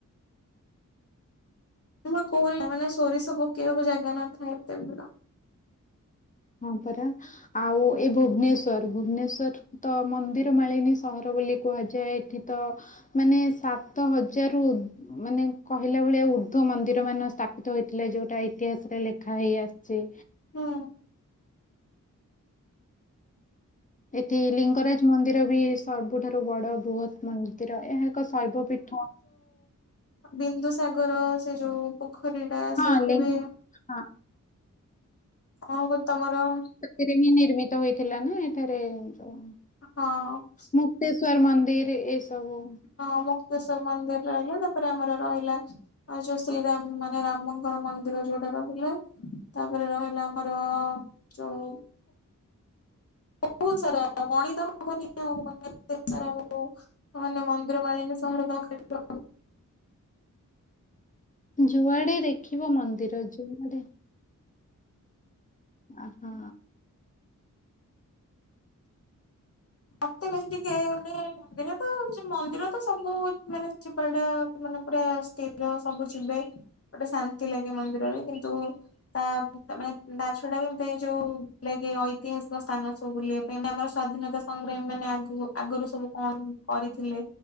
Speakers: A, on the left; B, on the left.
A: ମୁଁ ପା କୁହେନି ନା ମାନେ ସୋରିଷ ପକେଇବାକୁ ଜାଗା ନଥାଏ ଏତେ ଭିଡ଼
B: ହଁ ପରା ଆଉ ଏ ଭୁବନେଶ୍ଵର ଭୁବନେଶ୍ଵର ତ ମନ୍ଦିର ମାଳିନୀ ସହର ବୋଲି କୁହାଯାଏ ଏଠି ତ ମାନେ ସାତ ହଜାରରୁ ଉ ମାନେ କହିଲା ଭଳିଆ ଉର୍ଦ୍ଧ୍ୱ ମନ୍ଦିର ମାନ ସ୍ଥାପିତ ହୋଇଥିଲେ ଯେଉଁଟା ଇତିହାସରେ ଲେଖା ହେଇଆସିଛି
A: ହୁଁ
B: ଏଠି ଲିଙ୍ଗରାଜ ମନ୍ଦିର ବି ସବୁଠାରୁ ବଡ ବୃହତ ମନ୍ଦିର ଏହା ଏକ ଶୈବ ପୀଠ
A: ବିନ୍ଦୁ ସାଗର ସେ ଯୋଉ ପୋଖରୀ ଟା ସେଠି
B: ହଁ ଲି
A: ବି
B: ହଁ
A: ଆଉ ରି ତମର
B: ଥିରେ ହିଁ ନିର୍ମିତ ହେଇଥିଲା ନା ଏଠାରେ ଯୋଉ
A: ହଁ
B: ମୁକ୍ତେଶ୍ଵର ମନ୍ଦିର୍ ଏସବୁ।
A: ହଁ ମୁକ୍ତେଶ୍ଵର ମନ୍ଦିର୍ ରହିଲା ତାପରେ ଆମର ରହିଲା ଆଉ ଯୋଉ ଶ୍ରୀରାମ ମାନେ ରାମଙ୍କର ମନ୍ଦିର ଯୋଉଟା ରହିଲା ତାପରେ ରହିଲା ଆମର ଯୋଉ ବହୁତୁ ସାରା ଗଣିତ ହବନି ଆଉେ ସ <unintelligible> ହଁ ନା ମନ୍ଦିର ମାଳିନି ସହର ତ ଖେଳ
B: ଯୁଆଡେ ଦେଖିବ ମନ୍ଦିର ଯୁଆଡେ ଆ ହୋ
A: ଏତେ ବେଶୀ ଟିକେେ ମାନେ ମ ମନ୍ଦିର ତ ମନ୍ଦିର ତ ସବୁ ମାନେ ଯିବା ଟା ମାନେ ପୁରା ସ୍ଥିର ସବୁ ଯିବେ ଗୋଟେ ଶାନ୍ତି ଲାଗେ ମନ୍ଦିରରେ କିନ୍ତୁ ତା ତମେ ତା ଛଡା ଏମିତି ଏଇ ଯୋଉ ନେଇକି ଐତିହାସିକ ସ୍ଥାନ ସବୁ ବୁଲେ ଏଇନା ଆମର ସ୍ଵାଧୀନତା ସଂଗ୍ରାମୀ ମାନେ ଆଗୁ ଆଗରୁ ସବୁ କଣ କରିଥିଲେ